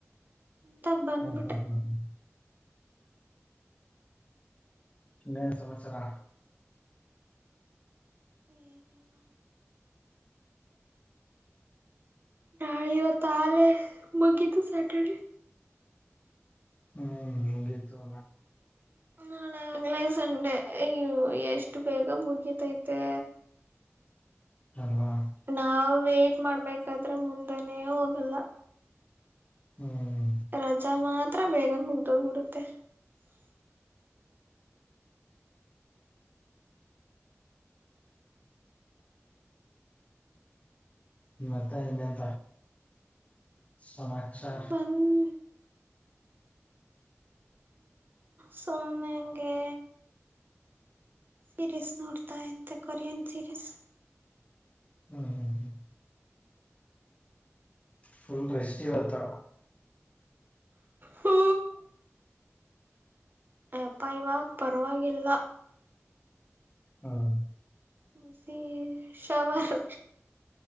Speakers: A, on the right (about 40°); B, on the left (about 25°).
A: ಅಂತ ಬಂದ್ಬಿಟ್ಟೆ
B: ಹ್ಮ್ ಹ್ಮ್ ಹ್ಮ್ ಹ್ಮ್ <unintelligible> ಮ ಸಮಾಚಾರ
A: ಏನಿಲ್ಲ ನಾಳಿ ಇವತ್ತು ಆಗಲೇ ಮುಗಿತು ಸ್ಯಾಟರ್ಡೆ
B: ಹ್ಮ್ ಹತು <unintelligible>
A: ನಾಳಾಗಲೇ ಸಂಡೆ ಅಯ್ಯ ಎಷ್ಟ ಬೇಗ ಮುಗಿತೈತೆ
B: ಅಲ್ವಾ
A: ನಾವೇ ಮಾಡ್ಬೇಕಾದ್ರೆ ಮುಂದಾನೇ ಹೋಗಲ್ಲ
B: ಹ್ಮ್
A: ರಜಾ ಮಾತ್ರ ಬೇಗ ಮುಗ್ದೋಗಬಿಡುತ್ತೆ
B: ಮತ್ತೆ ಇನ್ನೇನ್ ಸಮಾಚಾರ
A: ಬಂದ್ ಸುಮನೆಗೆ ಸೀರೀಸ್ ನೋಡ್ತಾ ಇತೆ ಕೊರಿಯನ್ ಸೀರೀಸ್
B: ಹ್ಮ್ ಹ್ಮ್ ಹ್ಮ್ ಫಲ್ ರೆಷ್ಟಿ ಇವತ್ತು
A: ಹೂ ಅಪ್ಪ ಇವಾಗ ಪರವಾಗಿಲ್ಲ
B: ಹ್ಮ
A: ಮಶಿ ಶವರು